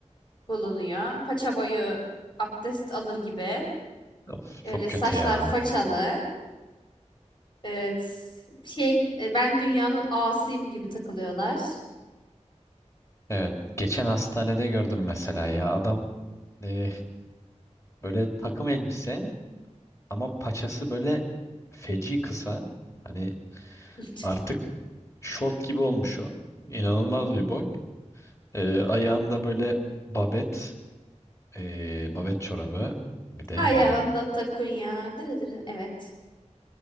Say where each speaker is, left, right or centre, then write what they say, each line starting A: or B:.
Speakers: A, on the left; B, on the left.
A: bulunuyor. Paça boyu abdest alır gibi.
B: Of, çok
A: Öyle
B: kötü
A: saçlar
B: ya.
A: façalı. Evet. Şey e, ben dünyanın ağasıyım gibi takılıyorlar.
B: Evet. Geçen hastanede gördüm mesela ya. Adam e, Böyle takım elbise ama paçası böyle feci kısa. Hani
A: <laughs>
B: artık şort gibi olmuş o. İnanılmaz bir boy. Ee, ayağında böyle babet, ee, babet çorabı. Bir de yani
A: Ayağında takunya. Dırı dırı. Evet.